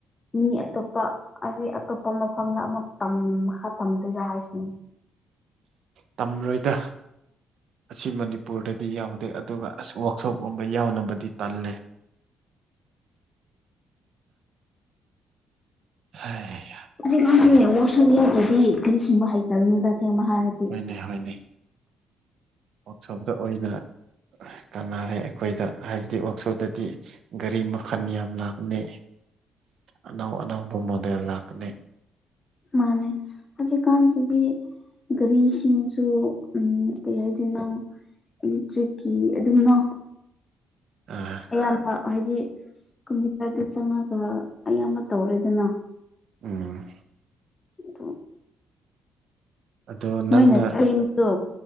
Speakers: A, on the left; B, on the right.
A: ꯃꯤ ꯑꯇꯣꯞꯄ ꯑꯩ ꯑꯇꯣꯞꯄ ꯃꯐꯝꯗ ꯑꯃꯨꯛ ꯇꯝ ꯃꯈꯥ ꯇꯝꯗꯣꯏꯔꯥ ꯍꯥꯏꯁꯤ
B: ꯇꯝꯔꯣꯏꯗ ꯑꯁꯤ ꯃꯅꯤꯄꯨꯔꯗ ꯗꯤ ꯌꯥꯎꯗꯦ ꯑꯗꯨꯒ ꯑꯁ ꯋꯥꯛꯁꯣꯞꯀꯨꯝꯕ ꯌꯥꯎꯅꯕꯗꯤ ꯇꯜꯂꯦ ꯍꯥꯏ
A: ꯍꯨꯖꯤꯛꯀꯥꯟꯒꯤ ꯋꯥꯛꯁꯣꯞ ꯌꯥꯎꯗ꯭ꯔꯗꯤ ꯒꯔꯤ ꯁꯤꯟꯕ ꯍꯩꯇꯕꯅꯤꯗ ꯑꯁꯦꯡꯕ ꯍꯥꯏꯔꯗꯤ
B: ꯅꯤ ꯍꯣꯏꯅꯦ ꯋꯥꯛꯁꯣꯞꯇ ꯑꯣꯏꯅ ꯀꯥꯟꯅꯔꯦ ꯑꯩꯈꯣꯏꯗ ꯍꯥꯏꯕꯗꯤ ꯋꯥꯛꯁꯣꯞꯗꯗꯤ ꯒꯥꯔꯤ ꯃꯈꯜ ꯌꯥꯝ ꯂꯥꯛꯅꯩ ꯑꯅꯧ ꯑꯅꯧꯕ ꯃꯣꯗꯦꯜ ꯂꯥꯛꯀꯅꯤ
A: ꯃꯥꯅꯦ ꯍꯧꯖꯤꯛꯀꯥꯟꯁꯤꯗꯤ ꯒꯥꯔꯤꯁꯤꯡꯁꯨ ꯎꯝ ꯀꯩ ꯍꯥꯏꯗꯣꯏꯅꯣ ꯏꯂꯦꯛꯇ꯭ꯔꯤꯛꯀꯤ ꯑꯗꯨꯝꯅ
B: ꯑꯥ
A: ꯑꯌꯥꯝꯕ ꯍꯥꯏꯗꯤ ꯀꯝꯄ꯭ꯌꯨꯇꯔꯗ ꯆꯪꯉꯒ ꯑꯌꯥꯝꯕ ꯇꯧꯔꯦꯗꯅ
B: ꯎꯝ
A: ꯑꯗꯣ
B: ꯑꯗꯣ
A: ꯅꯣꯏꯅ
B: ꯅꯪꯅ
A: ꯁꯦꯝꯕꯗꯣ